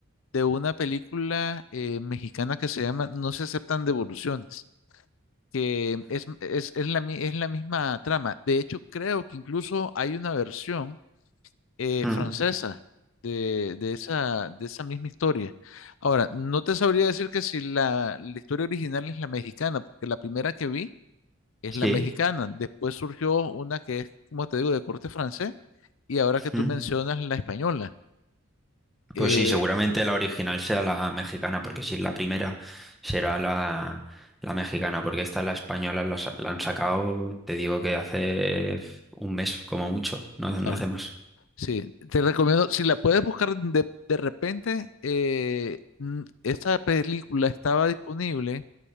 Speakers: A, on the left; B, in the centre.
A: de una película eh, mexicana que se llama No se aceptan devoluciones, que es, es, es la, mi- es la misma trama. De hecho, creo que incluso hay una versión. eh,
B: mm,
A: francesa de, de esa, de esa misma historia. Ahora, no te sabría decir que si la, la historia original es la mexicana, porque la primera que vi es
B: sí.
A: la mexicana. Después surgió una que es, como te digo, de corte francés, y ahora que tú
B: mm.
A: mencionas la española. Eh,
B: Pues sí, seguramente la original sea la mexicana, porque si es la primera, será la, la mexicana, porque esta, la española, la, sa- la han sacado, te digo que hace un mes como mucho, no,
A: vale.
B: no hace más.
A: Sí, te recomiendo, si la puedes buscar de, de repente, eh, mm, esta película estaba disponible